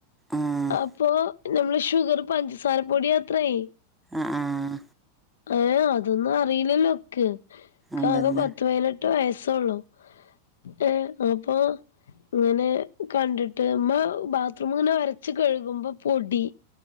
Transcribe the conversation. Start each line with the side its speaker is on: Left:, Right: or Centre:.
Centre: ആഹ്
Left: അപ്പൊ ഞമ്മളെ ഷുഗറ് പഞ്ചസാര പൊടിയാത്രേയ്
Centre: ആഹ്
Left: ഏഹ് അതൊന്നും അറിയില്ലല്ലോ ഇക്ക് ഇക്കാകെ
Centre: അതന്നെ
Left: പത്ത് പതിനെട്ട് വയസൊള്ളു ഏ അപ്പൊ ഇങ്ങനെ കണ്ടിട്ട് ഇമ്മ ബാത്റൂം ഇങ്ങനെ ഒരച്ച് കഴുകുമ്പോ പൊടി